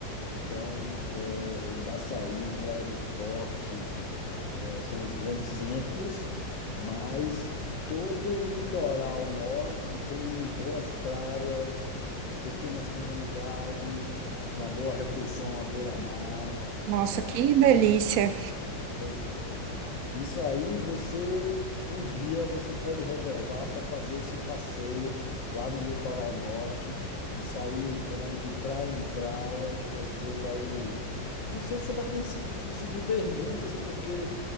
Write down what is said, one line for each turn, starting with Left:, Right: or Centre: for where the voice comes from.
Left: Então, eh, em Baçaí, Praia do Forte, é, São os grandes centros, mas todo o litoral norte tem boas praias, pequenas comunidades, uma boa refeição à beira-mar.
Right: Nossa,
Left: tá?
Right: que delícia.
Left: Pois é. Isso aí você um dia você pode reservar para fazer esse passeio lá no litoral norte e sair entrando de praia em praia que você vai não sei se você vai cons- conseguir ver muitas porque